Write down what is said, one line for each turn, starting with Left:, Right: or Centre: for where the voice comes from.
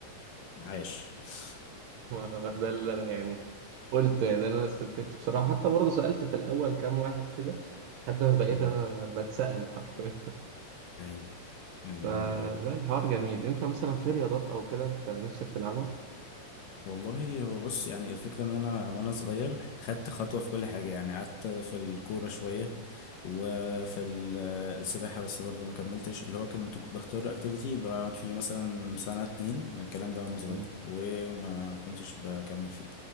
Left: عاش <laughs>
Right: ما- ده اللي انا يعني قلت يعني ده اللي انا استنتجته بصراحه حتى برضه سالت في الاول كام واحد كده لحد ما بقيت
Left: أيوه
Right: انا بتسال حرفيا <laughs>
Left: أيوه آه، جميل
Right: فلا
Left: أوي
Right: الحوار جميل انت مثلا في رياضات او كده انت نفسك تلعبها
Left: والله هو بص يعني الفكرة ان انا وانا صغير خدت خطوة في كل حاجة يعني قعدت في الكورة شوية وفي ال- آه، السباحة بس برضو ما كملتش اللي هو كنت بختار اكتيفيتي بقعد فيه مثلا سنة اتنين الكلام ده وانا صغير
Right: مم.
Left: وما كنتش بكمل فيه